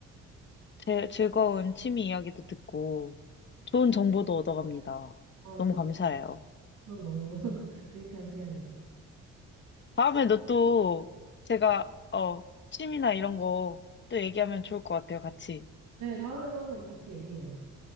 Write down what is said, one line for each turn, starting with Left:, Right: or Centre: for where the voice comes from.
Left: 제, 즐거운 취미 이야기도 듣고 좋은 정보도 얻어갑니다.
Right: 어, 저,
Left: 너무 감사해요.
Right: 저도 너무 <laughs> 유익한 시간이었습니다.
Left: 다음에도 또 제가, 어, 취미나 이런 거 또 얘기하면 좋을 것 같아요, 같이.
Right: 네, 다음에도 한번 같이 얘기해요.